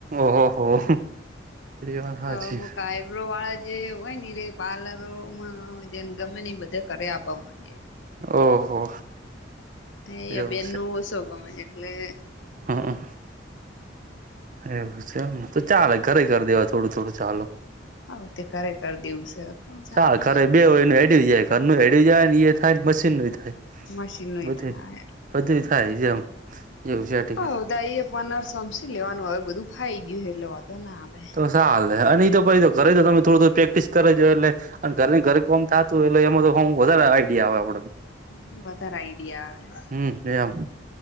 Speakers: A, on the right; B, on the left.
A: ઓહો. વાત હાચી
B: હ અમુક આઈબ્રો વાળા જે હોય ને ર પાર્લરોમાં જેને ગમે બધા કર્યા આપપા માંગે.
A: ઓહો.
B: એ
A: એવું
B: અભિયાન નું ઓસુ ગમે છે એટલે
A: હમ્મ. એવું છે એમને, તો ચાલે ઘરે કરી દેવા થોડું થોડું ચાલુ.
B: આવ તે કરે કરી દેવું છે પણ ચાલો
A: ચાલે ઘરે બે હોયને હેડી જાય ઘરનું હેડી જાય ને ઈએ થાય મશીન નું થાય,
B: મશીન નય
A: બધું
B: થાય
A: બધું થાય, જેમ જેવું છે.
B: હવ તાઈ એ પનાર સમસી લેવાનું હવે બધું ફાઈ ગ્યું હે એટલે વધો ના આવે.
A: સાલેે, અને ઈ તો પછી તો કરે તો તમે થોડું થોડું પ્રેક્ટિસ કરિજો એટલે અને ઘર ની ઘરે કોમ થતું એટલે એમાં તો હું વધારે આઈડિયા આવે આપણને.
B: હમ્મ, વધારે આઈડિયા આવે.
A: હમ એમ